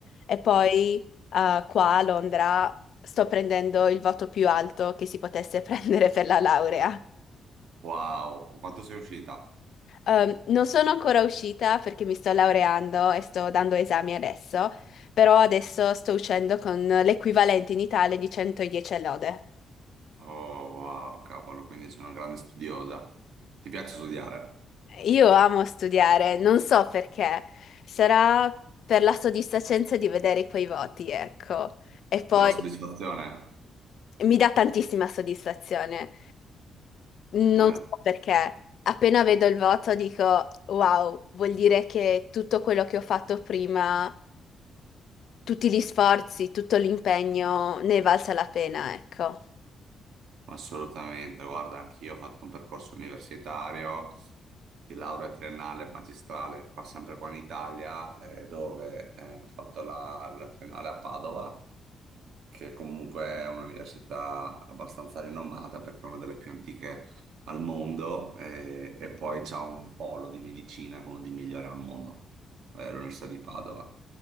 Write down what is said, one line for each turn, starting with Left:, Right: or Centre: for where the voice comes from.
Left: E poi eh, qua a Londra sto prendendo il voto più alto che si potesse <laughs> prendere per la laurea.
Right: Wow, con quanto sei uscita?
Left: Ehm, non sono ancora uscita perché mi sto laureando e sto dando esami adesso, però adesso sto uscendo con l'equivalente in Italia di 110 lode.
Right: Oh, wow, cavolo, quindi sei una grande studiosa. Ti piace studiare?
Left: Io amo studiare, non so perché, sarà per la soddisfacenza di vedere quei voti, ecco. E poi
Right: Per la soddisfazione?
Left: mi dà tantissima soddisfazione, non
Right: Eh.
Left: so perché. Appena vedo il voto dico, wow, vuol dire che tutto quello che ho fatto prima tutti gli sforzi, tutto l'impegno ne è valsa la pena, ecco.
Right: Assolutamente, guarda, anch'io ho fatto un percorso universitario di laurea triennale e magistrale, qua sempre qua in Italia, eh, dove eh, ho fatto la, la triennale a Padova, che comunque è un'università abbastanza rinomata perché è una delle più antiche al mondo, eh, e poi c'è un polo di medicina, quello di migliore al mondo, eh, l'Università di Padova.